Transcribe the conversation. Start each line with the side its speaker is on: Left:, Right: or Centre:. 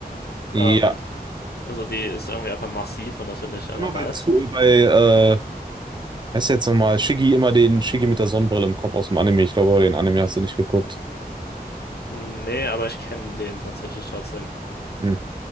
Right: Ja,
Left: Ähm, also die ist irgendwie einfach massiv und das finde ich einfach
Right: immer
Left: nice.
Right: bei, Tu- bei äh, wer ist jetzt nochmal? Shiggy, immer den Shiggy mit der Sonnenbrille im Kopf aus dem Anime. Ich glaube, den Anime hast du nicht geguckt.
Left: Nee, aber ich kenne den tatsächlich trotzdem.
Right: Hm.